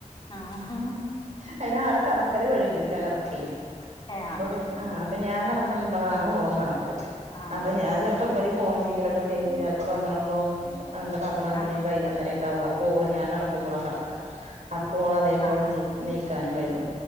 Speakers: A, on the left (about 35°); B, on the right (about 65°).
A: ആഹ്ഹ
B: അയിന് ആള് കടക്കൽ വൈകോയ് റ്റ കിടക്ക
A: ഏ
B: അപ്പൊ
A: ആഹ്
B: പി ആ അപ്പ ഞാൻ കെടക്കുമ്പള ഓളും കിടക്ക
A: ആഹ്
B: അപ്പൊ ഞാൻ ചിലപ്പോ ഇവര് ഫോൺ ചെയ്യലൊക്കെ കഴിഞ്ഞു ചിലപ്പോ പന്ത്രണ്ടും എന്താ പന്ത്രണ്ടരിം
A: ആഹ്
B: പതിനൊന്നരൊക്കെ ക്കവും അപ്പോ ഓള് ഞാൻ കെടക്കുമ്പള കിടക്ക അപ്പോ ഓള് അതേപോലെ
A: ആഹ്
B: നീ നീക്കാനും വൈകും